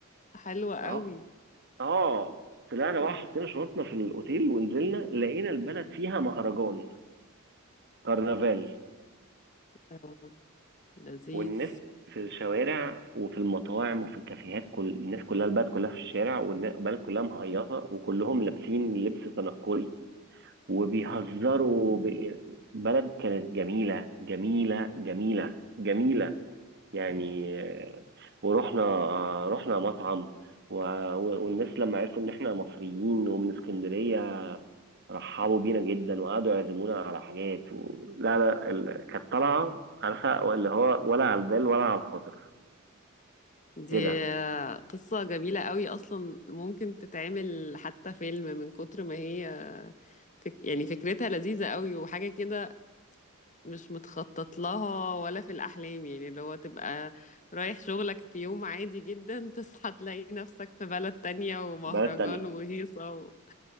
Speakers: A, on the left; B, on the right.
A: حلوة قوي
B: اه اه طلعنا
A: امم
B: بقى حطينا شنطنا في الأوتيل ونزلنا لقينا البلد فيها مهرجان كرنفال
A: آه، لذيذ
B: والناس في الشوارع وفي المطاعم وفي الكافيهات كل الناس كلها البلد كلها في الشارع والبلد كلها مهيصة وكلهم لابسين لبس تنكري وبيهزروا ب- بلد كانت جميلة جميلة جميلة جميلة يعني آه، ورحنا آه، رحنا مطعم و- و- والناس لما عرفوا ان احنا مصريين ومن اسكندرية رحبوا بينا جدا وقعدوا يعزمونا على حاجات و... لا لا ال... كانت طالعة عارفة اللي هو ولا على البال ولا على الخاطر
A: دي
B: كده
A: قصة جميلة قوي أصلا ممكن تتعمل حتى فيلم من كتر ما هي فك يعني فكرتها لذيذة قوي وحاجة كده مش متخطط لها ولا في الأحلام يعني اللي هو تبقى رايح شغلك في يوم عادي جدا <laughs> تصحى تلاقي نفسك في بلد تانية ومهرجان
B: بلد تانية
A: وهيصة و...